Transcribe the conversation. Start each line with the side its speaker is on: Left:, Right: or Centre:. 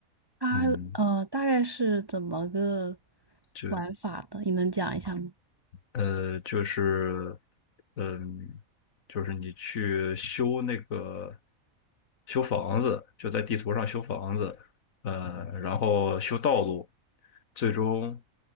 Right: 它呃，
Left: 嗯，
Right: 大概是怎么个
Left: 就。
Right: 玩法的，你能讲一下吗？
Left: 呃，就是，嗯，就是你去修那个修房子，就在地图上修房子，呃，然后修道路，最终，